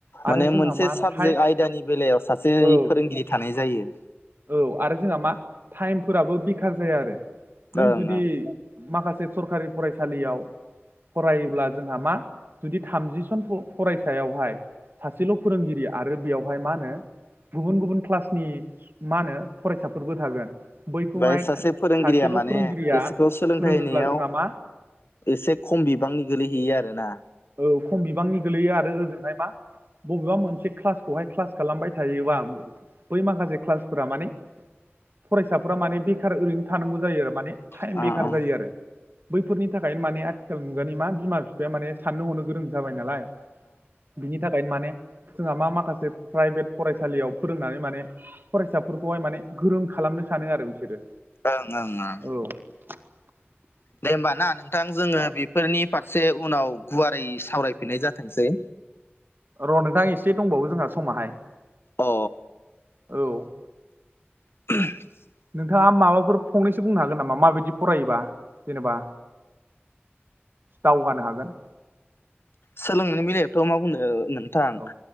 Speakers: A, on the right (about 55°); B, on the left (about 70°).
A: आरो
B: माने
A: जोंहा
B: मोनसे
A: मा
B: साबजेक्ट
A: टाइ
B: आयदानि बेलायाव सासे
A: औ
B: फोरोंगिरि थानाय जायो।
A: औ आरो जोंहा मा टाइमफोराबो बेखार जाया आरो। नों
B: ओं
A: जुदि
B: ओं
A: माखासे सरखारि फरायसालियाव फरायोब्ला जोंहा मा जुदि थामजिसनखौ फरायसायावहाय सासेल' फोरोंगिरि आरो बेयावहाय मा होनो गुबुन गुबुन क्लासनि मा होनो फरायसाफोरबो थागोन। बैखौहाय
B: बेयाव सासे फोरोंगिरिया
A: सासेल'
B: माने
A: फोरोंगिरिया
B: बिसोरखौ सोलोंथाइ
A: फोरोङोब्ला
B: होनायाव
A: जोंहा मा
B: एसे खम बिबांनि गोलैहैयो आरो। होना
A: औ खम बिबांनि गोलैयो आरो ओजोंहाय मा? बबेबा मोनसे क्लासखौहाय क्लास खालामबाय थायोबा बै माखासे क्लासफोरा माने फरायसाफोरा माने बेखार ओरैनो थानांगौ जायो आरो माने टाइम
B: अ अ
A: बेखार
B: ओं
A: जायो आरो बैफोरनि थाखाय माने आथिखाल मुगानि मा बिमा बिफा माने साननो हरनो गोरों जाबाय नालाय बिनि थाखायनो माने जोंहा मा माखासे प्राइभेट फरायसालियाव फोरोंनानै माने फरायसाफोरखौहाय माने गोरों खालामनो सानो आरो बिसोरो।
B: ओं ओं ओं
A: औ <inaudible>
B: दे होमबा ना नोंथां जोङो बेफोरनि फारसे उनाव गुवारै सावरायफिननाय जाथोंसै।
A: र' नोंथां एसे दंबावो जोंहा समाहाय।
B: अ
A: औ
B: <inaudible>
A: नोंथाङा माबाफोर फंनैसो एसे बुंनो हागोन नामा? माबायदि फरायोबा जेनेबा दावगानो हागोन।
B: सोलोंनानै बेलायाथ' मा बुंनो ओ होनानै थां
A: औ